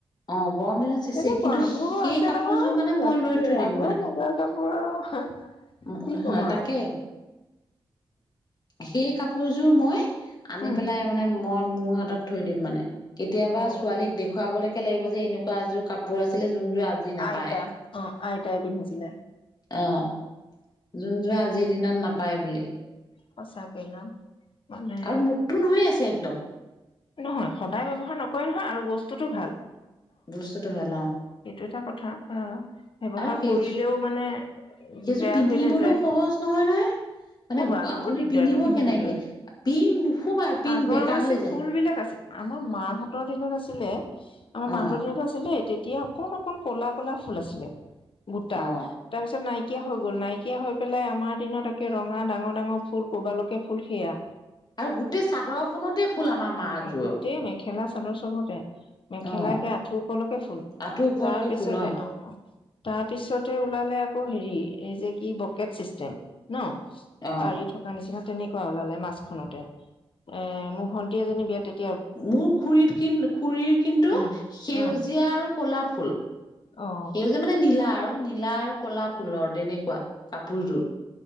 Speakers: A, on the left; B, on the left.
A: অ', গৰম দিনত চেচেই
B: তেনেকুৱা
A: কিন্তু
B: মোৰো
A: সেই
B: আছে
A: কাপোৰযোৰ
B: নহয়,
A: মানে মই
B: আছেই
A: লৈ থৈ দিম
B: আগৰ মুগাৰ কাপোৰৰ আৰু
A: হয়,
B: কি ক'ম
A: তাকে
B: আৰু
A: সেই কাপোৰযোৰ মই আনি
B: উম
A: পেলাই মানে মই মোৰ হাতত থৈ দিম মানে, কেতিয়াবা
B: অ
A: ছোৱালীক দেখুৱালে লাগিব যে এনেকুৱা যোৰ কাপোৰ আছিলে যোনযোৰ আজি নাপায়
B: আইতা অ', আইতাই পিন্ধিছিলে।
A: অ', যোন যোৰে আজিৰ দিনত নাপায় বুলি।
B: সচাকৈ ন! মানে
A: আৰু নতুন হৈ আছে একদম।
B: নহয় সদায় ব্যৱহাৰ নকৰে নহয়, আৰু বস্তুটো ভাল।
A: <inaudible>
B: এইটো এটা কথা আ। ব্যৱহাৰ
A: আৰু সেই
B: কৰিলেও মানে
A: সেইযোৰ
B: বেয়া
A: পিন্ধিবলৈও
B: হৈ নাযায়।
A: সহজ নহয় নহয় মানে
B: অ', বা বহুত
A: আপুনি
B: দিগদাৰতটো
A: পিন্ধিব
B: পিন্ধিবলৈ,
A: কেনেকে পিংক নুসুমাই পিংক
B: আগৰ
A: বেকা
B: হৈছে
A: হৈ যায়
B: ফুল বিলাক আছিল। আমাৰ মাহঁতৰ দিনত আছিলে, আমাৰ
A: অ
B: মাহঁতৰ দিনতো আছিলে তেতিয়া তেতিয়া অকন অকণ ক'লা, ক'লা ফুল আছিলে বুটা।
A: অ
B: তাৰপিছত নাইকিয়া হৈ গ'ল, নাইকিয়া হৈ পেলাই আমাৰ দিনত একে ৰঙা ডাঙৰ, ডাঙৰ ফুল ক'ৰবালৈকে ফুল সেয়া।
A: আৰু গোটেই চাদৰ খনতেই ফুল আমাৰ মাহযোৰ
B: অ', গোটেই মেখেলা চাদৰ চবতে। মেখেলা
A: অ
B: একে আঁঠু ওপৰলৈকে ফুল,
A: আঁঠু ওপৰলৈকে
B: তাৰপিছতে
A: ফুল
B: অ', অ'। তাৰপিছতে ওলালে আকৌ হেৰি, এই যে কি বকেট চিষ্টেম ন!
A: অ'।
B: পাৰি থকা নিচিনা তেনেকুৱা ওলালে মাজখনতে। এ, মোৰ ভন্টি এজনী বিয়াতে
A: মোৰ খুৰীত কি খুৰীৰ কিন্তু
B: উম
A: সেউজীয়া
B: উম
A: আৰু ক'লা ফুল।
B: অ
A: সেউজীয়া মানে নীলা আৰু নীলা আৰু ক'লা ফুলৰ তেনেকুৱা কাপোৰযোৰ।